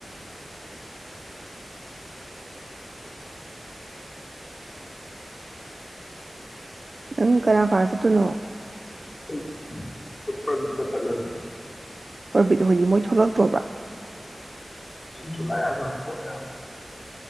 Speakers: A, on the right (about 65°); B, on the left (about 45°).
A: ꯅꯪ ꯀꯅꯥ ꯀꯥꯅ ꯆꯠꯇꯣꯢꯅꯣ
B: ꯑꯩ <unintelligible>
A: ꯄ꯭ꯔꯕꯤꯠ ꯍꯣꯏꯗꯤ ꯃꯣꯏ ꯊꯣꯛꯂꯛꯇ꯭ꯔꯣꯕ꯭ꯔꯥ
B: ꯖꯨꯂꯥꯏ ꯑꯒꯁꯇ ꯊꯣꯛꯅꯤ ꯍꯥꯏꯕꯅꯦ